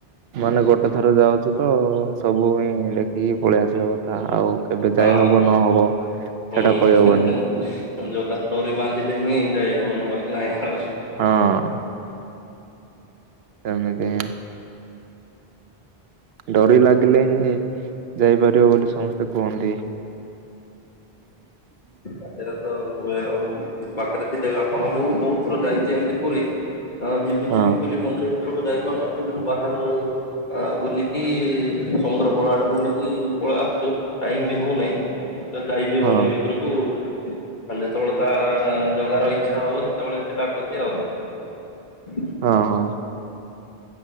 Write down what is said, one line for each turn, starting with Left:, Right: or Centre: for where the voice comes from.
Right: ମାନେ ଗୋଟେ ଥର ଯାଉଚୁ ତ ସବୁ ହିଁ ଦେଖିକି ପଳେଇଆସିବା କ ଆଉ କେବେ
Left: ହଁ।
Right: ଯାଇ ହବ ନହବ ସେଟା
Left: ହୁଁ
Right: କହିହବନି।
Left: ଜଗାର ଡୋରି ବାନ୍ଧିଲେ ହି ଯାଇ ହବ ନହେଲେ ନାହିଁ ଆଉ।
Right: ହଁ। ସେମିତି ଡୋରି ଲାଗିଲେ ହିଁ ଯାଇପାରିବ ବୋଲି ସମସ୍ତେ କୁହନ୍ତି। <inaudible>
Left: ପାଖରେ ତ ହୁଏ ଆଉ ପାଖରେ ଥିଲେ ଆପଣ ମୁଁ ବି ବହୁତ ଥର ଯାଇଛି ଏମିତି ପୁରୀ। ଆ ଯିବି
Right: ହଁ
Left: ଯିବି ବୋଲି ମନ୍ଦିର ଭିତରକୁ ଯାଇପାରୁନା ପୁରୀରୁ ବାହାରୁ ଆ ବୁଲି ଇ ସମୁଦ୍ର କୂଳ ଆଡେ ବୁଲିକି ପଳେଇ ଆସୁଛୁ ଟାଇମ ବି ହଉନାଇ। ବର୍ତ୍ତମାନ ଯାଇ ବି
Right: ହଁ
Left: ହଉନାହିଁ ଭିତରକୁ। ଆଉ ଯେତେବେଳେ ତା ଜଗାର ଇଚ୍ଛା ହବ ସେତେବେଳେ ସେ ଡାକୁଛି ଆଉ। <inaudible>
Right: ହଁ ହଁ।